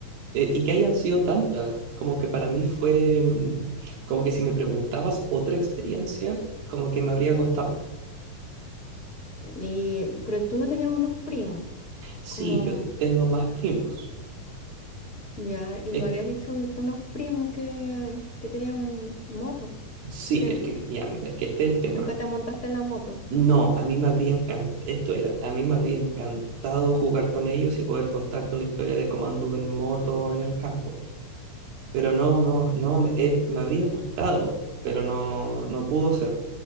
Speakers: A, on the right; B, on the left.
A: Eh, y que hayan sido tantas. Como que para mí fue. mm, Como que si me preguntabas otra experiencia, como que me habría costado.
B: Y pero tú no tenías unos primos,
A: Sí,
B: como
A: yo tengo más primos.
B: ya, y
A: Es
B: me habías
A: que-
B: dicho un- unos primos que que tenían moto,
A: sí,
B: creo.
A: es que. Ya, mira, es que este es el tema.
B: ¿Nunca te montaste en la moto?
A: No, a mí me habría encantado. Esto era. A mí me habría encantado jugar con ellos y poder contarte una historia de cómo anduve en moto en el campo. Pero no, no, no, me, eh, me habría gustado, pero no, no pudo ser.